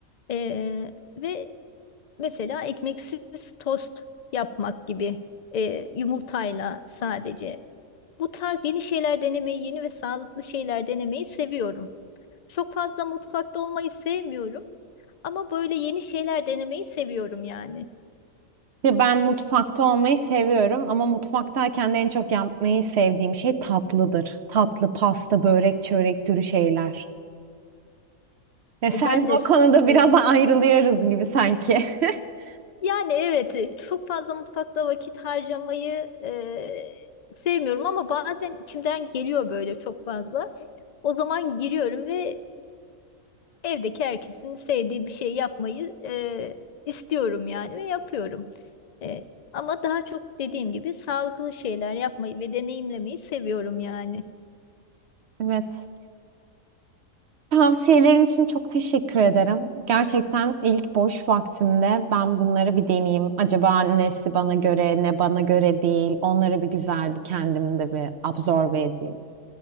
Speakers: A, on the left; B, on the right.
A: Ee, ve mesela ekmeksiz tost yapmak gibi e, yumurtayla sadece. Bu tarz yeni şeyler denemeyi, yeni ve sağlıklı şeyler denemeyi seviyorum. Çok fazla mutfakta olmayı sevmiyorum ama böyle yeni şeyler denemeyi seviyorum yani.
B: Ya ben mutfakta olmayı seviyorum ama mutfaktayken de en çok yapmayı sevdiğim şey tatlıdır. Tatlı, pasta, börek, çörek türü şeyler. Ya sen
A: E, ben de
B: o konuda biraz
A: e,
B: ayrılıyoruz gibi sanki. <laughs>
A: Yani evet e, çok fazla mutfakta vakit harcamayı e, sevmiyorum ama bazen içimden geliyor böyle çok fazla. O zaman giriyorum ve e, evdeki herkesin sevdiği bir şey yapmayı e, istiyorum yani ve yapıyorum. E, ama daha çok dediğim gibi sağlıklı şeyler yapmayı ve deneyimlemeyi seviyorum yani.
B: Evet. Tavsiyelerin için çok teşekkür ederim. Gerçekten ilk boş vaktimde ben bunları bir deneyeyim. Acaba nesi bana göre, ne bana göre değil. Onları bir güzel bir kendimde bir absorbe edeyim.